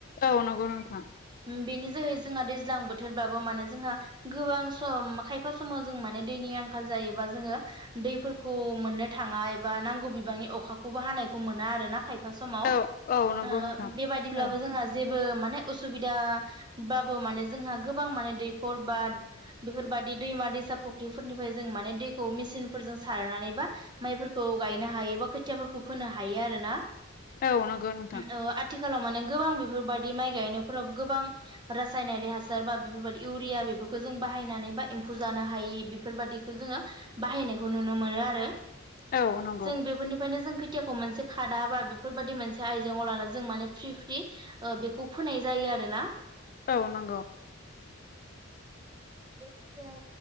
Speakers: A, on the left; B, on the right.
A: औ नंगौ नोंथां
B: बेनि जोहै जोंहा दैज्लां बोथोरबाबो माने जोंहा गोबां सम खायफा समाव जों माने दैनि आंखाल जायोबा जोङो दैफोरखौ मोननो थाङा एबा नांगौ बिबांनि अखाखौबो हानायखौ मोना आरो ना खायफा समाव
A: औ औ नंगौ
B: ओ
A: नोंथां
B: बेबायदिब्लाबो
A: औ
B: जोंहा जेबो माने उसुबिदा बाबो माने जोंहा गोबां माने दैख'र बा बेफोरबादि दैमा दैसा फुख्रिफोरनिफ्राय जों माने दैखौ मेसिनफोरजों सारनानै बा माइफोरखौ गायनो हायो बा खोथियाफोरखौ फोनो हायो आरो ना
A: औ नंगौ नोंथां
B: ओ आ थिखालाव माने गोबां बेफोरबायाददि माइ गायनायफोराव गोबां रासायनारि हासार बा बेफोरबाददि इउरिया बेफोरखौ जों बाहायनानै बा एम्फौ जानो हायि बेफोरबादिखौ जोङो बाहायनायखौ नुनो मोनो आरो
A: औ नंगौ
B: जों बेफोरनिफ्रायनो जों खोथियाखौ मोनसे खादा बा बेफोरबायदि मोनसे आइजेंआव ला जों माने फ्रि फ्रि ओ बेखौ फोनाय जायो आरो ना
A: औ नंगौ
B: बे खोथिया